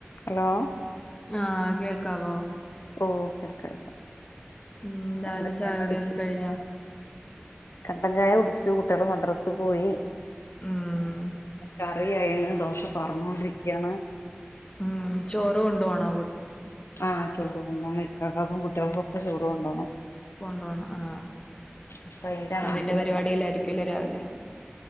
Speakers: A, on the left; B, on the left.
A: ഹലോ
B: ആ കേൾക്കാവോ?
A: ഓ കേൾക്കാം
B: ഉം, രാവിലെ
A: എന്തൊക്കെയാണ്
B: ചായുടിയൊക്കെ
A: വിശേഷങ്ങൾ
B: കഴിഞ്ഞൊ?
A: കട്ടൻ ചായ കുടിച്ചു കുട്ട്യേള് മദ്രസ് പോയി.
B: ഉം
A: കറിയായിണ്. ദോശ പാർന്നൊണ്ടിരിക്ക്യാണ്.
B: ഉം, ചോറ് കൊണ്ടോവണോ കു
A: ആഹ്, ചോറ് കൊണ്ടോണം. ഇക്കാക്കാക്കും കുട്ട്യേൾക്കൊക്കെ ചോറ് കൊണ്ടോണം.
B: കൊണ്ടോണം ആ
A: അപ്പൊ അയിന്റെ
B: അതിന്റെ
A: ആഗ്രഹാണ്
B: പരിപാടിയിലായിരിക്കല്ലേ രാവിലേ.